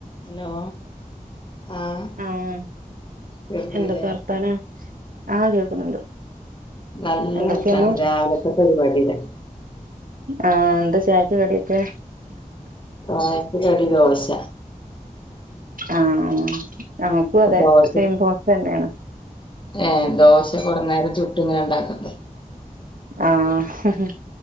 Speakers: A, on the left; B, on the right.
A: ഹലോ. ആഹ്
B: ആഹ്
A: കേൾക്കണില്ലേ
B: എന്തൊക്കെ വർത്താനം? ആഹ് കേൾക്കുന്നുണ്ട്.
A: നല്ല
B: എന്തൊക്കെയാണ്
A: വർത്താനം രാവിലെത്തെ പരിപാടീടെ.
B: ആഹ് എന്താ ചായക്ക് കടിയൊക്കെ?
A: ചായക്ക് കടി ദോശ.
B: ആഹ് ഞമക്കു
A: അപ്പൊ
B: അതെ
A: ദോശ
B: സെയിം ദോശന്നെയാണ്.
A: ഏഹ് ദോശ കുറേ നേരം ചുട്ടു ഇങ്ങനെ ഇണ്ടാക്കണ്ടേ?
B: ആഹ്.